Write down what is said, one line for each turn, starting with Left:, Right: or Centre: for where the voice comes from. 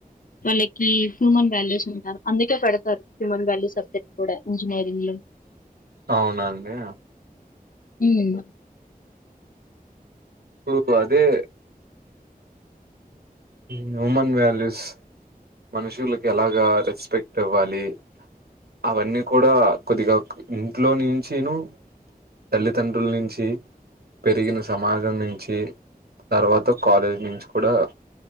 Left: వాళ్ళకి హ్యూమన్ వాల్యూస్ ఉంటారు అందుకే పెడతారు హ్యూమన్ వాల్యూ సబ్జెక్ట్ కూడా ఇంజనీరింగ్ లో
Right: అవునా అండి
Left: మ్
Right: పుడు అదే హ్యుమన్ వాల్యూస్ మనుషులకి ఎలాగా రెస్పెక్ట్ ఇవ్వాలి అవన్నీ కూడా కొద్దిగా ఇంట్లో నుంచి ను తల్లితండ్రుల్ నుంచి పెరిగిన సమాజం నుంచి తర్వాత కాలేజీ నుంచి కూడా